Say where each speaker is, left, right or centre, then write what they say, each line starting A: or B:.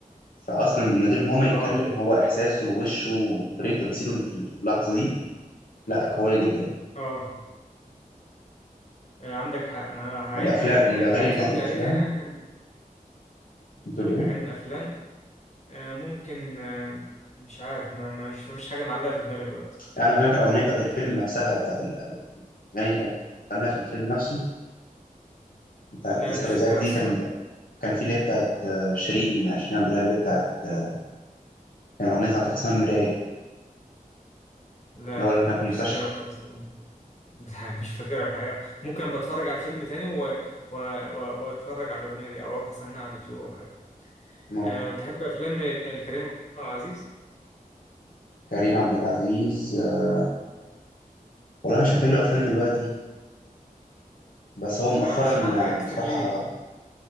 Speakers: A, on the left; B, on the left.
A: فاصلا من غير ما هو ما يتكلم
B: اه
A: هو احساسه ووشه وطريقه تمثيله في اللحظه دي لا قوية جدا
B: اه آه، عندك حق انا هعيد
A: الأفلام
B: هعيد هعيد
A: الأغاني
B: هعيد
A: اللي
B: فرجه
A: كانت في الأفلام
B: عليه تاني عشان
A: بتقول إيه؟
B: اغاني الافلام آه، ممكن آه، مش عارف ما ما- مش مفيش حاجه معلقه في دماغي دلوقتي
A: يعني بكلمك الأغنية بتاعت الفيلم نفسها بتاعت ال- الأغاني اللي كانت غناها في الفيلم نفسه بتاعت
B: لا
A: آسف
B: مش
A: على
B: فاكرها
A: الإزعاج دي
B: الصراحه
A: كان كان في اللي هي بتاعت آه، شيرين شيرين عبد الوهاب اللي هي بتاعت آه، كان أغنية بتاعت اسمها المراية
B: لا
A: الأول
B: لا
A: ما
B: ما
A: كان في
B: مش
A: المستشفى
B: فاكرها خالص <laughs> مش فاكر الحقيقة ممكن بتفرج على الفيلم تاني و... و... و... واتفرج على الأغنية دي أو أبحث عنها على اليوتيوب أو حاجة
A: ممكن
B: أه تحب أفلام الكريم عبد العزيز؟
A: كريم عبد العزيز آه، والله مش فاكر له أفلام
B: امم
A: دلوقتي بس هو مؤخرا
B: أرشح لك حاجات
A: آه،
B: كتير
A: بصراحة
B: ليه
A: آه،